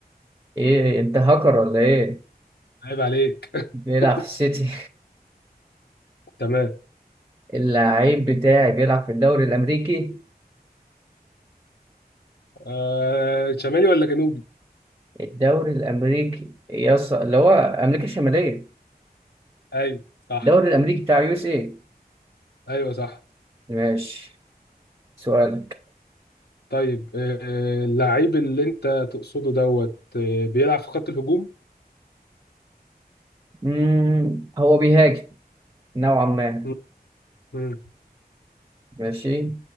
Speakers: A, on the right; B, on the left.
A: ايه انت هاكر ولا ايه
B: عيب عليك <laughs>
A: بيلعب في السيتي
B: تمام
A: <laughs> اللعيب بتاعي بيلعب في الدوري الامريكي
B: آه، شمالي ولا جنوبي
A: الدوري الامريكي يص... اللي هو امريكا الشماليه
B: ايوه صح
A: الدوري الامريكي بتاع يو اس اي
B: ايوه صح
A: ماشي سؤالك
B: طيب آه، اللعيب اللي انت تقصده دوت آه، بيلعب في خط الهجوم
A: مم. هو بيهاجم نوعا ما
B: مم، مم،
A: ماشي